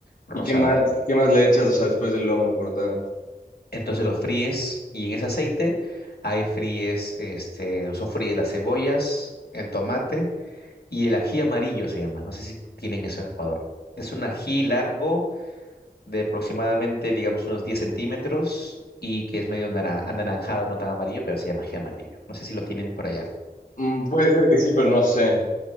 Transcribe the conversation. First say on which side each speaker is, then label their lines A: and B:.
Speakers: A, on the left; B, on the left.
A: rosado
B: ¿Y qué más,
A: adentro.
B: qué más le echas, o sea, después del lomo cortado?
A: Entonces lo fríes y en ese aceite ahí fríes, este, o sofríes las cebollas, el tomate y el ají amarillo se llama. No sé si tienen eso en Ecuador. Es un ají largo de aproximadamente, digamos, unos 10 centímetros y que es medio naran- anaranjado, no tan amarillo, pero sí de magia amarillo. No sé si lo tienen por allá.
B: Mm, puede ser que sí, pero no sé.